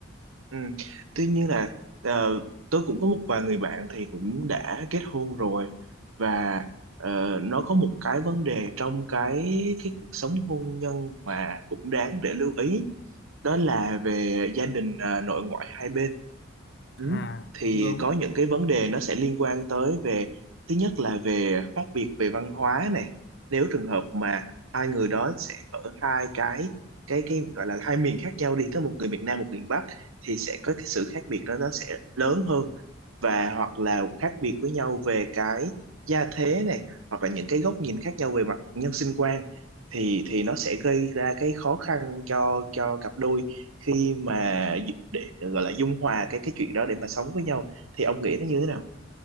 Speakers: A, on the right (about 85°); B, on the left (about 50°).
A: Ừ. Tuy nhiên là ờ, tôi cũng có một vài người bạn thì cũng đã kết hôn rồi và ờ, nó có một cái vấn đề trong cái cái cuộc sống hôn nhân mà cũng đáng để lưu ý đó là về gia đình ờ, nội ngoại hai bên ừ.
B: à
A: Thì
B: đúng đúng
A: có những cái vấn đề nó sẽ liên quan tới về thứ nhất là về khác biệt về văn hóa này nếu trường hợp mà hai người đó sẽ ở hai cái cái cái gọi là hai miền khác nhau đi có một người miền Nam một miền Bắc thì sẽ có cái sự khác biệt đó nó sẽ lớn hơn và hoặc là khác biệt với nhau về cái gia thế này hoặc là những cái góc nhìn khác nhau về mặt nhân sinh quan thì thì nó sẽ gây ra cái khó khăn cho cho cặp đôi khi mà d- để gọi là dung hòa cái cái chuyện đó để mà sống với nhau thì ông nghĩ nó như thế nào